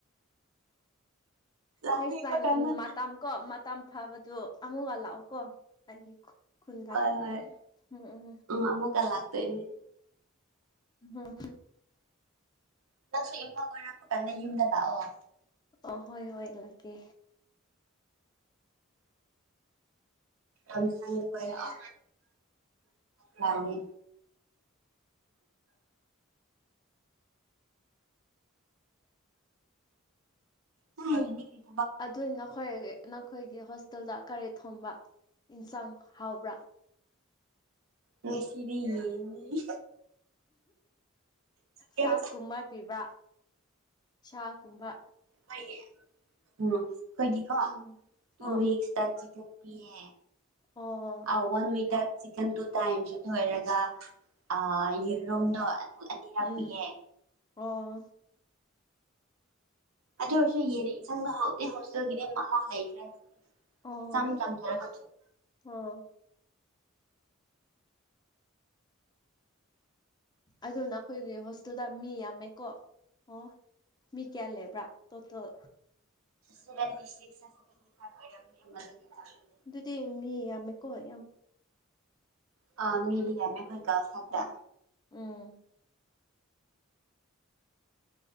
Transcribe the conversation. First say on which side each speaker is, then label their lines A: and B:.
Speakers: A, on the right; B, on the left.
A: ꯂꯝ
B: ꯅꯦꯛꯁ
A: ꯍꯦꯛꯄ
B: ꯇꯥꯏꯝ
A: ꯀꯥꯟꯗ
B: ꯎꯝ ꯃꯇꯝ ꯀꯣ ꯃꯇꯝ ꯐꯥꯕꯗꯣ ꯑꯃꯨꯛꯀ ꯂꯥꯛꯑꯣ ꯀꯣ ꯍꯥꯏꯒꯦꯀꯣ ꯈꯨꯨꯟꯗꯥ
A: ꯍꯣꯏ ꯍꯣꯏ
B: ꯎꯝ ꯎꯝ
A: ꯑꯃꯨꯛꯀ ꯂꯥꯛꯇꯣꯏꯅꯦ
B: ꯍꯝ ꯍꯝ
A: ꯅꯪꯁꯨ ꯏꯝꯐꯥꯜ ꯀꯣꯔꯛꯄ ꯀꯥꯟꯗ ꯌꯨꯝꯗ ꯂꯥꯛꯑꯣ
B: ꯑ ꯍꯣꯏ ꯍꯣꯏ ꯂꯥꯛꯀꯦ
A: <unintelligible> ꯀꯣꯏꯔꯛꯑꯣ ꯌꯥꯅꯤ ꯍ ꯀ
B: ꯑꯗꯨ ꯅꯈꯣꯏ ꯅꯈꯣꯏꯒꯤ ꯍꯣꯁꯇꯦꯜꯗ ꯀꯔꯤ ꯊꯣꯡꯕ ꯏꯟꯁꯥꯡ ꯍꯥꯎꯕ꯭ꯔꯥ
A: <unintelligible> ꯌꯦꯡꯉꯤ ꯆꯤꯀꯟ
B: ꯆꯥꯛ ꯀꯨꯝꯕ ꯄꯤꯕ ꯁꯥ ꯀꯨꯝꯕ
A: ꯑꯣꯏ ꯎꯝ ꯑꯩꯈꯣꯏꯗꯤꯀꯣ
B: ꯎꯝ
A: ꯇꯨ
B: ꯑꯣ
A: ꯋꯤꯛꯁꯇ ꯆꯤꯀꯟ ꯄꯤꯌꯦ
B: ꯑꯣ
A: ꯑ ꯋꯥꯟ ꯋꯤꯛꯇ ꯆꯤꯛꯀꯟ ꯇꯨ ꯇꯥꯏꯝꯁ ꯑꯗꯨ ꯑꯣꯏꯔꯒ ꯑ ꯌꯦꯔꯨꯝꯗꯣ ꯑꯨ ꯑꯅꯤꯔꯛ
B: ꯎꯝ
A: ꯄꯤꯌꯦ
B: ꯑꯣ
A: ꯑꯗꯨ ꯑꯣꯏꯔꯁꯨ ꯌꯦꯡꯔꯁꯨ ꯌꯦꯟ ꯏꯟꯁꯥꯡꯗ ꯍꯥꯎꯗꯤ ꯍꯥꯎꯗꯦ ꯃꯍꯥꯎ ꯂꯩꯇ꯭ꯔꯦ
B: ꯑꯣ
A: ꯆꯝ ꯆꯝꯊꯔꯒ
B: ꯑꯣ ꯑꯗꯣ ꯅꯈꯣꯏꯒꯤ ꯍꯣꯁꯇꯦꯜꯗ ꯃꯤ ꯌꯥꯝꯃꯦꯀꯣ ꯑꯣ ꯃꯤ ꯀꯌꯥ ꯂꯩꯕ꯭ꯔꯥ ꯇꯣꯇꯦꯜ
A: ꯁꯚꯦꯟꯇꯤ ꯁꯤꯛꯁ <inaudible>
B: ꯗꯨꯗꯤ ꯃꯤ ꯌꯥꯝꯃꯦꯀꯣ ꯌꯥꯝ
A: ꯑ ꯃꯤꯗꯤ ꯌꯥꯝꯃꯦ ꯈꯣꯏ ꯒꯥꯜꯁ ꯈꯛꯇ
B: ꯎꯝ ꯎꯝ